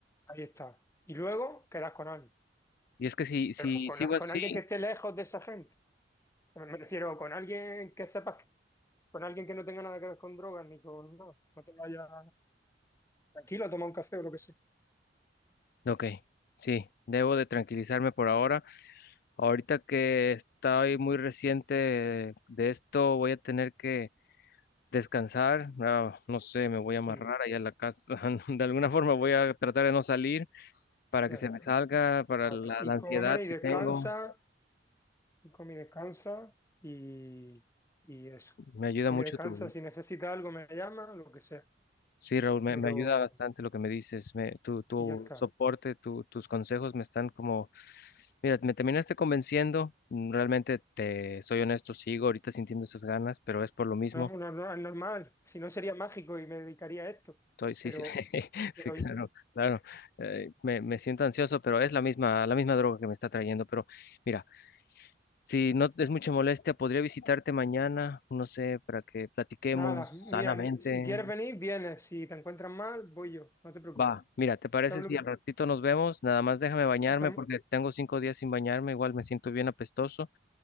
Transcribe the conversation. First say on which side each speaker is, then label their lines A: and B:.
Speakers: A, on the left (about 15°); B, on the left (about 55°).
A: Ahí está. Y luego quedas con alguien.
B: y es que si, si
A: Pero con,
B: sigo así,
A: con alguien que esté lejos de esa gente. Me refiero con alguien que sepas, con alguien que no tenga nada que ver con drogas ni con nada. No te vayas tranquilo a tomar un café o lo que sea.
B: Ok, sí, debo de tranquilizarme por ahora. Ahorita que estoy muy reciente de esto, voy a tener que descansar. Ah, no sé, me voy a amarrar
A: Y
B: allá en la casa. <laughs> De alguna forma voy a tratar de no salir para
A: ya
B: que se
A: está,
B: me salga, para
A: ya
B: la,
A: está. Y
B: la ansiedad
A: come y
B: que
A: descansa,
B: tengo.
A: y come y descansa, y, y eso.
B: Me ayuda
A: Come
B: mucho
A: y descansa,
B: tu
A: si necesita algo me llama, lo que sea.
B: Sí, Raúl, me,
A: Pero,
B: me ayuda bastante lo que me dices. Me, tu, tu
A: y ya está.
B: soporte, tu- tus consejos me están como, mira, me terminaste convenciendo. mm, Realmente te soy honesto, sigo ahorita sintiendo esas ganas, pero es por lo mismo.
A: No, no, no, es normal. Si no sería mágico y me dedicaría a esto.
B: Estoy, sí,
A: Pero,
B: sí, <laughs> sí,
A: pero
B: claro, claro. eh, me, me siento ansioso, pero es la misma, la misma droga que me está trayendo. Pero mira, si no es mucha molestia, podría visitarte mañana, no sé, para que platiquemos
A: Nada, mira,
B: sanamente.
A: ni- si quieres venir, vienes. Si te encuentras mal, voy yo, no te preocupes.
B: Va, mira, ¿te parece
A: ¿Sabes
B: si
A: lo que
B: al ratito nos vemos? Nada más déjame bañarme
A: hacemos?
B: porque tengo cinco días sin bañarme, igual me siento bien apestoso.